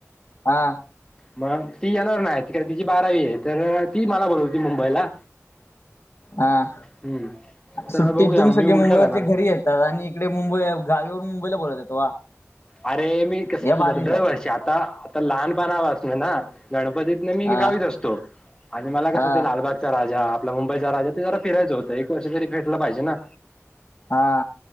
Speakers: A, on the left (about 55°); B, on the left (about 15°).
A: हा.
B: मग ती येणार नाही कारण तिची बारावी आहे तर ती मला बोलवती मुंबईला.
A: हा
B: हम्म. तर
A: सुट्टीतून
B: बघूया मी
A: सगळे
B: उलटं
A: मुंबईवरचे
B: करणार आहे
A: घरी आहेत. दादानी इकडे मुंबई गावीवरून मुंबईला बोलवतात वा.
B: अरे मी कस
A: या भारीच
B: द -दर
A: आहे
B: वर्षी आता आता लहानपणा पारासन ना गणपतीत मी
A: हा
B: गावीच असतो आणि मला
A: हा
B: कस लालबाग चा राजा आपला मुंबईचा राजा ते जरा फिरायचं होतं एक वर्ष तरी भेटल पाहिजे ना.
A: हा.